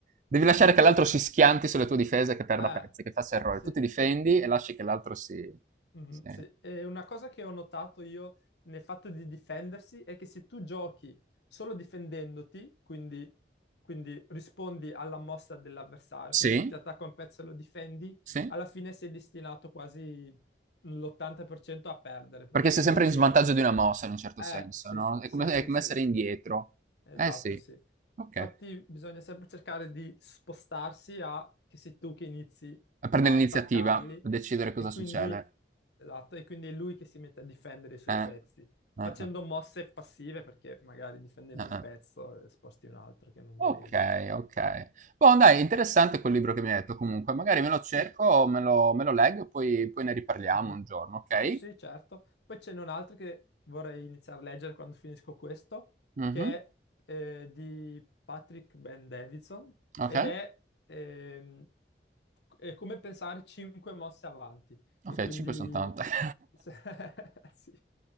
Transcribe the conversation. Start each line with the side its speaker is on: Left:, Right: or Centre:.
Right: devi lasciare che l'altro si schianti sulle tue difese e che perda
Left: Ah,
Right: pezzi, che faccia errori.
Left: sì.
Right: Tu ti difendi e lasci che l'altro si...
Left: Mhm,
Right: si-
Left: sì. E una cosa che ho notato io nel fatto di difendersi è che se tu giochi solo difendendoti, quindi, quindi rispondi alla mossa dell'avversario, quindi
Right: Sì,
Left: ti ti attacca un pezzo e lo difendi,
Right: sì,
Left: alla fine sei destinato quasi l'80% a perdere, perché
Right: perché sei
Left: lui...
Right: sempre in svantaggio di una mossa in un certo
Left: Eh,
Right: senso,
Left: sì,
Right: no? È
Left: sì,
Right: come,
Left: sì,
Right: è come
Left: sì.
Right: essere indietro.
Left: Esatto,
Right: Eh sì,
Left: sì.
Right: ok.
Left: Infatti bisogna sempre cercare di spostarsi a che sei tu che inizi
Right: A prendere
Left: a attaccarli
Right: l'iniziativa, a decidere
Left: e
Right: cosa
Left: quindi,
Right: succede.
Left: esatto, e quindi è lui che si mette a difendere i suoi
Right: Eh,
Left: pezzi,
Right: eh,
Left: facendo mosse passive perché magari difendendo
Right: eh, eh,
Left: un
Right: eh.
Left: pezzo eh, sposti un altro che non
Right: Okay,
Left: volevi.
Right: okay. Boh, dai, interessante quel libro che mi hai detto comunque. Magari me lo cerco,
Left: Sì.
Right: me lo me lo leggo e poi poi ne riparliamo
Left: Mhm.
Right: un giorno, okay?
Left: Sì, sì, certo. Poi ce n'è un altro che vorrei iniziare a leggere quando finisco questo,
Right: Mh-mh.
Left: che è eh, di Patrick Ben Davidson
Right: Okay.
Left: ed è, ehm, è come pensare cinque mosse avanti.
Right: Okay,
Left: E quindi
Right: 5 son tante. <laughs>
Left: <laughs> sì,